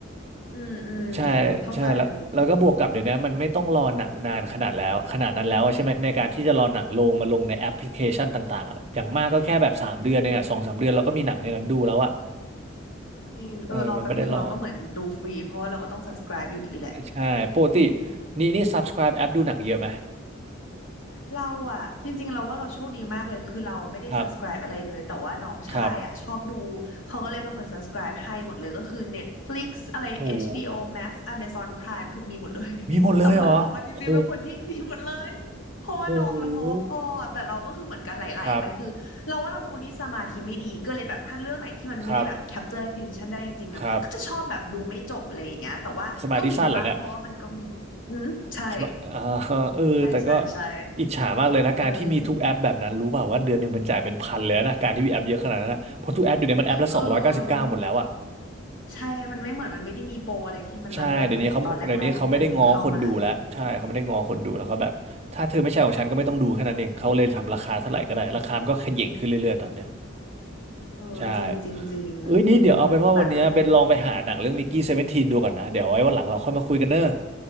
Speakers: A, on the left; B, on the right.
A: อืมอืมจริงเข้าใจเลย
B: ใช่ใช่แล้วแล้วก็บวกกับเดี๋ยวนี้มันไม่ต้องรอหนังนานขนาดแล้วขนาดนั้นแล้วอะใช่ไหมในการที่จะรอหนังลงมาลงในแอปพลิเคชันต่างๆอะอย่างมากก็แค่แบบสามเดือนเองอะสองสามเดือนเราก็มีหนังในนั้นดูแล้วอะ
A: จริง
B: เออมันไม่ได้รอ
A: เออรอแป๊บหนึ่งเราก็เหมือนดูฟรีเพราะว่าเราก็ต้อง subscribe อยู่ดีแหละ
B: ใช่ปกติ
A: อืม
B: นี่นี่ subscribe แอปดูหนังเยอะไหม
A: เราอะจริงๆเราว่าเราโชคดีมากเลยคือเราอะไม่ได้
B: ครับ
A: subscribe อะไรเลยแต่ว่าน้องชายอะชอบดู
B: ครับ
A: เขาก็เลยเป็นคน subscribe ให้หมดเลยก็คือ Netflix อะไร
B: โห
A: HBO Max Amazon Prime คือมีหมดเลย
B: มีหมดเลยเหรอโห
A: <laughs> แต่ว่าเราอะจริงๆเป็นคนที่มีหมดเลยเพราะว่าน้องและเพราะว่าพ่อแต่เราก็คือเหมือนกันไหลๆไปคือเราว่าเราเป็นคนที่สมาธิไม่ดีก็เลยแบบถ้าเรื่องไหนที่มันไม่ได้แบบ
B: โหครับครับ
A: capture attention ได้จริงๆอะก็จะชอบแบบดูไม่จบเลยอย่างเงี้ยแต่ว่าก็มีดูบ้างเพราะว่ามันก็มีอืมใช่
B: ครับสมาธิสั้นเหรอเนี่ย คิดว่าอ่า <laughs> เออแต่ก็
A: ใช่ใช่ใช่
B: อิจฉามากเลยนะ
A: เออ
B: การที่มีทุกแอปแบบนั้น รู้เปล่าว่าเดือนหนึ่งมันจ่ายเป็นพันเลยนะ การที่มีแอปเยอะขนาดนั้นนะเพราะทุกแอปเดี๋ยวนี้มันแอปละสองร้อยเก้าสิบเก้าหมดแล้วอะ
A: เออใช่มันไม่เหมือนมันไม่ได้มีโปรอะไรที่มันเลิศเลิศเหมือนตอนแรกๆที่มันเพิ่งเข้ามา
B: ใช่เดี๋ยวนี้เขาเดี๋ยวนี้เขาไม่ได้ง้อคนดูแล้วใช่เขาไม่ได้ง้อคนดูแล้วเขาแบบถ้าเธอไม่ใช่ของฉันก็ไม่ต้องดูแค่นั้นเองเขาเลยทำราคาเท่าไหร่ก็ได้ ราคามันก็เขย่งขึ้นเรื่อยๆตอนเนี้ย
A: เออจริงจริงจริงอืมแต่นั่นแหละ
B: ใช่เอ้ยนี่เดี๋ยวเอาเป็นว่าวันเนี้ยเบนลองไปหาหนังเรื่องมิกกี้เซเวนทีนดูก่อนนะเดี๋ยวไว้วันหลังเราค่อยมาคุยกันเนอะ